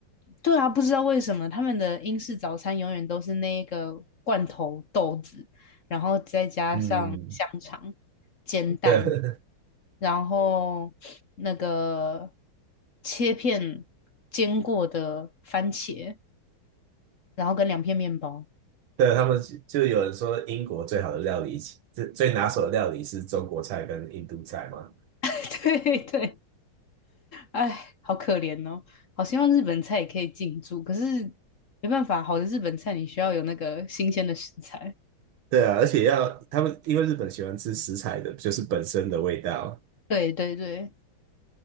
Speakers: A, on the left; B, on the right.
A: 对啊，不知道为什么他们的英式早餐永远都是那个罐头豆子，然后再加上香肠、
B: 嗯，
A: 煎蛋，
B: 对 <laughs>
A: 然后那个切片煎过的番茄。然后跟两片面包。
B: 对，他们就就有人说英国最好的料理，最最拿手的料理是中国菜跟印度菜嘛。
A: <laughs> 对对，哎，好可怜哦！好希望日本菜也可以进驻，可是没办法，好的日本菜你需要有那个新鲜的食材。
B: 对啊，而且要他们因为日本喜欢吃食材的，就是本身的味道。
A: <laughs> 对对对，